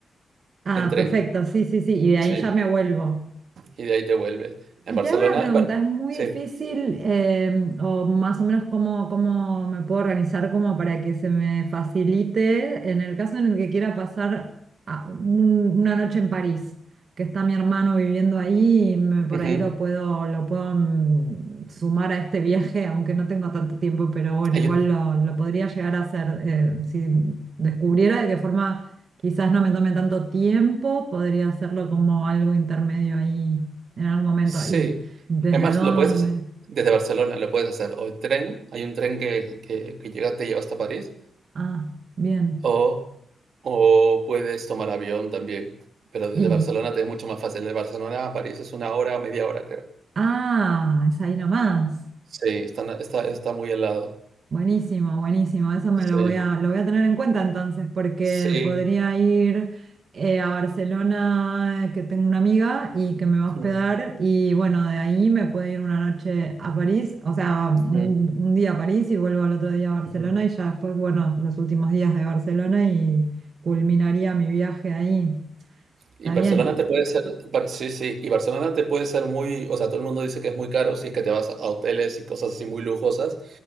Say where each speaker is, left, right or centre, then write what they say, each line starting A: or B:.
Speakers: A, on the right; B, on the right.
A: Ah,
B: en tren.
A: perfecto, sí, sí, sí. Y de ahí
B: Sí,
A: ya me vuelvo.
B: y de ahí te vuelves.
A: Y
B: En Barcelona,
A: te hago una pregunta,
B: Bar-
A: ¿es muy
B: sí.
A: difícil eh, o más o menos cómo, cómo me puedo organizar como para que se me facilite en el caso en el que quiera pasar a un- una noche en París, que está mi hermano viviendo ahí y me- por
B: ujú.
A: ahí lo puedo, lo puedo mm, sumar a este viaje, aunque no tengo tanto tiempo, pero bueno,
B: Hay
A: igual lo, lo podría llegar a hacer eh, si descubriera de qué forma quizás no me tome tanto tiempo, podría hacerlo como algo intermedio ahí en algún momento.
B: Sí.
A: ¿Y desde
B: Además,
A: dónde?
B: lo puedes hacer desde Barcelona, lo puedes hacer o en tren, hay un tren que, que, que llega, te lleva hasta París,
A: Ah, bien.
B: o, o puedes tomar avión también. Pero desde
A: Y,
B: Barcelona te es mucho más fácil. De Barcelona a París es una hora o media hora, creo.
A: ah, es ahí nomás.
B: Sí, está, está, está muy al lado.
A: Buenísimo, buenísimo. Eso me
B: Sí,
A: lo voy a, lo voy a tener en cuenta entonces, porque
B: sí.
A: podría ir eh, a Barcelona, que tengo una amiga y que me va
B: Ujú,
A: a hospedar. Y bueno, de ahí me puedo ir una noche a París, o sea,
B: ujú,
A: un, un día a París y vuelvo al otro día a Barcelona.
B: ujú.
A: Y ya después, bueno, los últimos días de Barcelona y culminaría mi viaje ahí. ¿Está
B: Y Barcelona
A: bien?
B: te puede ser, Bar- sí, sí, y Barcelona te puede ser muy, o sea, todo el mundo dice que es muy caro si es que te vas a hoteles y cosas así muy lujosas,